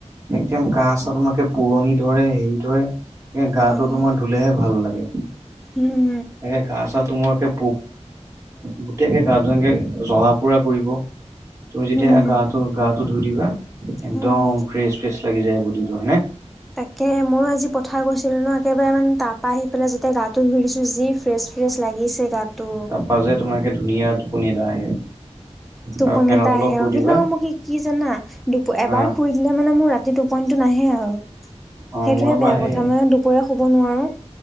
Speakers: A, on the right; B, in the centre.
A: একদম কাহ চাহ তোমাকে পুৰণি ধৰে হেৰি ধৰে। এ গা
B: অঁ
A: টো তোমাৰ ধুলেহে ভাল লাগে।
B: উম।
A: একে গা চা তোমালকে পুপ গোটকে গা এনেকে জ্বলা পুৰা কৰিব। তুমি যেতিয়া
B: উম
A: গাটো, গাটো ধুই দিবা একদম
B: উম।
A: ফ্ৰেচ ফ্ৰেচ লাগি যায় বডি টো হয়নে?
B: তাকে ময়ো আজি পথাৰ গৈছিলোঁ ন একেবাৰে মানে তাপ পাই আহি পেলাই যোতে গাটো ধুইছো যি ফ্ৰেছ ফ্ৰেছ লাগিছে গাটো।
A: তাৰপা যে তোমাৰ একে ধুনীয়া টোপনি এটা আহে।
B: টোপনি
A: আৰু ফেনৰ
B: এটা
A: তলত
B: আহে
A: শুই
B: অ'
A: দিবা
B: কিন্তু মোক কি কি জানা দুপ এবাৰ
A: আহ
B: শুই দিলে মানে মোৰ ৰাতি টোপনিটো নাহে আৰু সেইটোহে
A: অ মোৰ আকৌ
B: বেয়া
A: আহে
B: কথা মানে দুপৰীয়া শুব নোৱাৰো।